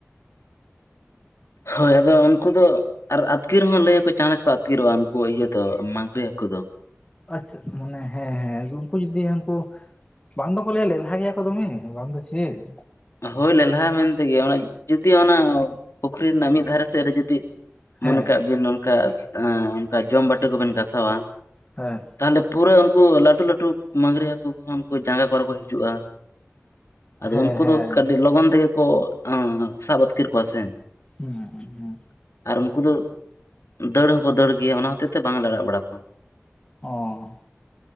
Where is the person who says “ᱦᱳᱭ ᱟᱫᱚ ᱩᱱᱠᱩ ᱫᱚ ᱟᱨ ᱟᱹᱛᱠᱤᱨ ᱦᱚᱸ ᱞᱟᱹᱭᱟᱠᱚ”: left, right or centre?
Left